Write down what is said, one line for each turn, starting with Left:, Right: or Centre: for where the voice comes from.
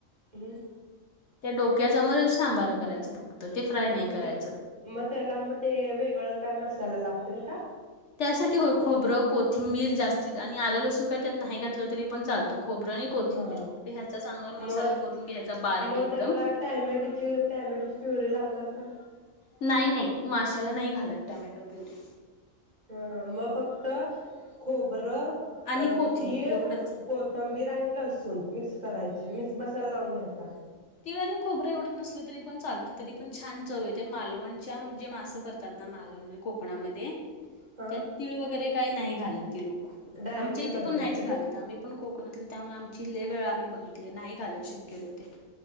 Right: हम्म
Left: ते डोकं. त्याच आम्हाला सांबार करायचं फक्त. ते फ्राय नाही करायचं.
Right: ते मग त्याला मग ते वेगळं काय मसाला लागतो. ते का.
Left: त्यासाठी होय खोबरं कोथिंबीर जास्तीत आणि आलं लसून काही त्यात नाही घातलं तरी पण चालतो. खोबरं आणि कोथिंबीर
Right: हा
Left: फक्त ह्याचा चांगला मसाला
Right: मग
Left: करून घ्यायचा बारीक
Right: मग
Left: एकदम
Right: त्याला टॅमेटोची टॅमेटोची प्युरीे लागणार. बं <inaudible>
Left: नाही नाही माशाला नाही घालत टोमॅटो प्युरी.
Right: हा हा मग फक्त खोबरं.
Left: आणि
Right: अ
Left: कोथिंबीर
Right: तीळ
Left: एवढंच
Right: कोथंबीर आणि लसूण. मिक्स करायचे मिक्स मसाला लावून घ्यायचा.
Left: तिळ आणि खोबरं एवढं नसलं तरी पण चालतं तरी पण छान चव येते मालवणच्या जे मासं करतात ना मालवण म कोकणामध्ये.
Right: हा
Left: त्यात तीळ वगैरे. काही नाही घालत ती लोक.
Right: डायरेक्ट
Left: आमच्या इथे
Right: करतात
Left: पण नाहीच
Right: का
Left: घालत
Right: ते?
Left: आम्ही पण कोकणातले त्यामुळे आमची लय वेळा आम्ही बघितलंय नाही घालत शक्यतो ते.